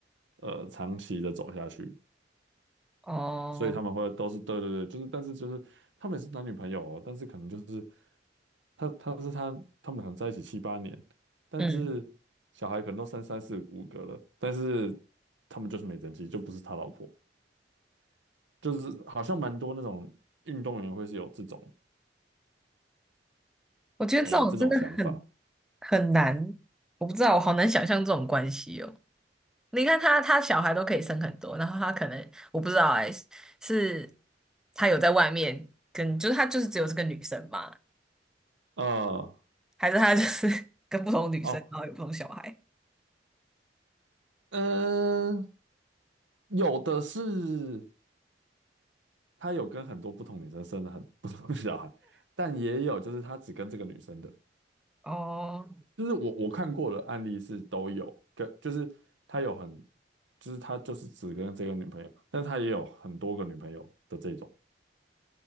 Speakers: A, on the right; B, in the centre.
A: 呃长期的走下去，
B: 哦，
A: 所以他们会都是对对对，就是但是就是他们也是男女朋友哦，但是可能就是他他是他他们可能在一起七八年，但是小孩可能都三三四五个了，
B: 嗯，
A: 但是他们就是没登记，就不是他老婆，就是好像蛮多那种运动员会是有这种
B: 我觉得这种真的很
A: 诶这种想法，
B: 很难，我不知道，我好难想象这种关系哦。你看他，他小孩都可以生很多，然后他可能我不知道哎、是他有在外面跟，就是他就是只有这个女生嘛。
A: 啊
B: 还是他就是 <laughs> 跟不同女生，
A: 哦
B: 然后有不同小孩？
A: 嗯、呃有的是他有跟很多不同女生生了很不同的小孩，但也有就是他只跟这个女生的。
B: 哦，
A: 就是我我看过的案例是都有，跟就是他有很，就是他就是只跟这个女朋友，但他也有很多个女朋友的这种，